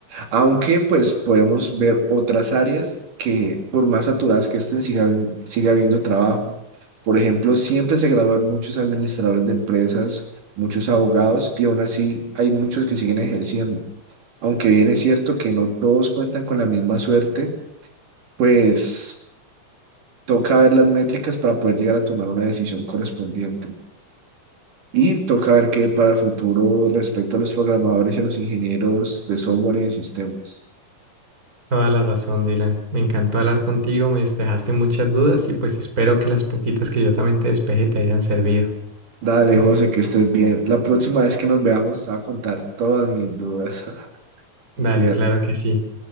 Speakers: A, on the right; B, on the right.
A: Aunque pues podemos ver otras áreas que por más saturadas que estén, siga, habi- siga habiendo trabajo. Por ejemplo, siempre se gradúan muchos administradores de empresas, muchos abogados y aún así hay muchos que siguen ejerciendo. Aunque bien es cierto que no todos cuentan con la misma suerte, pues toca ver las métricas para poder llegar a tomar una decisión correspondiente. Y toca ver qué para el futuro respecto a los programadores y a los ingenieros de software y de sistemas.
B: Toda la razón, Dylan. Me encantó hablar contigo, me despejaste muchas dudas y pues espero que las poquitas que yo también te despeje te hayan servido.
A: Dale,
B: Eh,
A: José, que estés bien. La próxima vez que nos veamos, te voy a contar todas mis dudas. <laughs>
B: Dale,
A: Cuídate,
B: claro que sí.